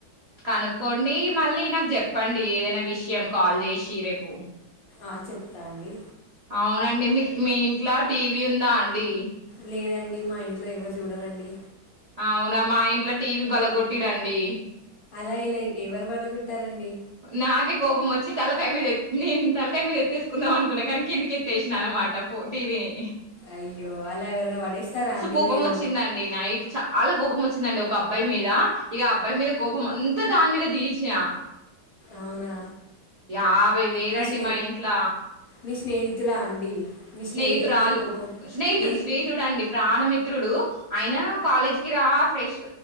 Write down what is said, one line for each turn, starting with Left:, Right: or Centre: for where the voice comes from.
Right: కనుక్కోండి. మళ్ళీ నాకు చెప్పండి ఏదైనా విషయం కాల్ చేసి రేపు
Left: ఆ చెప్తా అండి
Right: అవునండి మీక్ మీ ఇంట్ల టీవీ ఉందా అండి
Left: లేదండి మా ఇంట్లో ఎవరు చూడారండి.
Right: అవునా మా ఇంట్లో టీవీ బలగొట్టిరండి
Left: అలా ఎలా ఎవరు పలగొట్టారండి
Right: నాకే కోపం వచ్చి తలకాయ మీద నిన్ తలకాయ మీద ఎత్తేసుకుందాం అనుకున్నా కానీ కిందికెత్తేేసినా అనమాట ఫో టీ వీ ని
Left: అయ్యో అలా ఎవరైనా పడేస్తారా అండి
Right: కోపం
Left: మీరు
Right: వచ్చిందండి నైట్ చాలా కోపం వచ్చిందండి ఒక అబ్బాయి మీద ఇగ అబ్బాయి మీద కోపం అంతా దాని మీద తీచిఆ
Left: అవునా
Right: యాభై వేలండి
Left: మీ స్నే
Right: మా ఇంట్ల
Left: మీ స్నేహితులా అండి మీ
Right: స్నేహితురాలు
Left: స్నేహితుల మీద కోపం
Right: స్నేహితుడు
Left: మీ
Right: స్నేహితుడు అండి ప్రాణమిత్రుడు అయినా కాలేజ్ కి రా ఫ్రెష్